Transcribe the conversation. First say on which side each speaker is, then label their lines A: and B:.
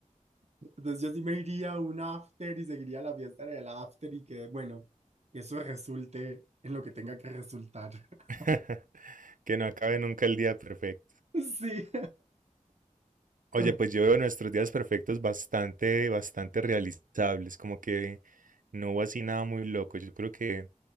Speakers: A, on the right (about 55°); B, on the right (about 85°).
A: entonces yo sí me iría a un after y seguiría la fiesta en el after y que, bueno, que eso resulte en lo que tenga que resultar. <laughs>
B: <laughs> que no acabe nunca el día perfecto.
A: Sí,
B: Oye,
A: <laughs>
B: pues yo veo nuestros días perfectos bastante, bastante realizables, como que no hubo así nada muy loco. Yo creo que...